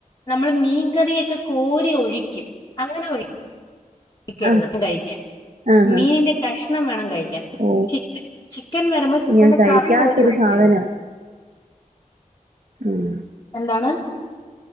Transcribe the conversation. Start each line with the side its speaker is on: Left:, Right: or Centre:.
Left: നമ്മൾ മീൻകറിയൊക്കെ കോരി ഒഴിക്കും അങ്ങനെ ഒഴി ക്കരുത്
Right: ആ
Left: കഴിക്കാൻ
Right: ആ
Left: മീന്റെ
Right: ആ.
Left: കഷ്ണം വേണം കഴിക്കാൻ
Right: ഓ
Left: ചിക്ക ചിക്കൻ വരുമ്പോ ചിക്കന്റെ
Right: ഞാൻ കഴിക്കാത്തൊരു
Left: കറി കോരി ഒഴിക്കരുത്
Right: സാധനാ ഉം
Left: എന്താണ്?